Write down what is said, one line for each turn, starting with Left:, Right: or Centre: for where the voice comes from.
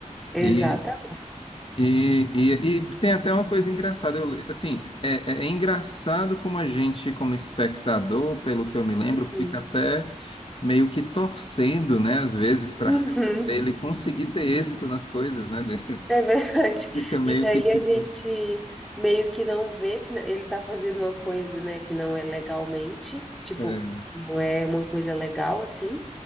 Centre: Exata.
Left: E e, e, e tem até uma coisa engraçada, eu, le- assim, é, é- é engraçado como a gente, como espectador, pelo que eu me lembro,
Centre: Uhum.
Left: fica até meio que torcendo, né, às vezes, para
Centre: Uhum.
Left: <laughs> ele conseguir ter êxito nas coisas, né, dele.
Centre: É
Left: <laughs>
Centre: verdade.
Left: Fica meio
Centre: E daí
Left: que tipo,
Centre: a gente meio que não vê que ele está fazendo uma coisa, né, que não é legalmente, tipo,
Left: é,
Centre: não é uma coisa legal assim,